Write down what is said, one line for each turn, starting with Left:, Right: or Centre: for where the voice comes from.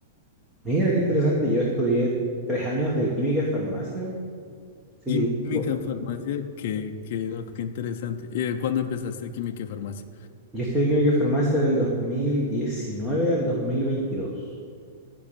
Centre: Mira, qué interesante. Yo estudié tres años de química y farmacia. Sí,
Left: Química,
Centre: po-
Left: farmacia, qué, qué, no, qué interesante. Eh, ¿cuándo empezaste química y farmacia?
Centre: yo estudié química y farmacia del 2019 al 2022.